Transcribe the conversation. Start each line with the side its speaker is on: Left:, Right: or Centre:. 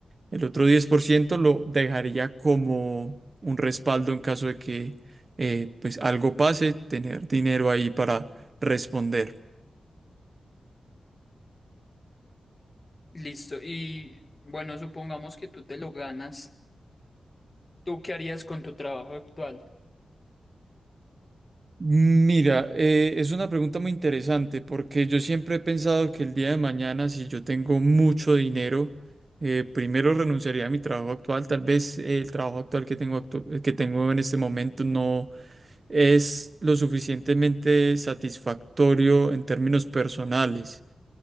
Right: El otro 10% lo dejaría como un respaldo en caso de que eh, pues algo pase, tener dinero ahí para responder.
Left: listo y bueno supongamos que tú te lo ganas ¿tú qué harías con tu trabajo actual?
Right: Mira, eh, es una pregunta muy interesante porque yo siempre he pensado que el día de mañana, si yo tengo mucho dinero, eh, primero renunciaría a mi trabajo actual. Tal vez eh, el trabajo actual que tengo, actu- que tengo en este momento no es lo suficientemente satisfactorio en términos personales.